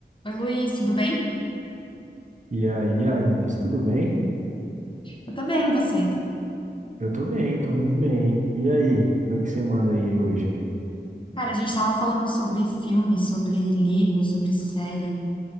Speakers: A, on the left; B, on the right.
A: Oi, Luiz, tudo bem?
B: E aí, Agnes, tudo bem?
A: Eu tô bem, e você?
B: Eu tô bem, tô muito bem. E aí, o que é que você manda aí hoje?
A: Cara, a gente tava falando sobre filme, sobre livro, sobre série.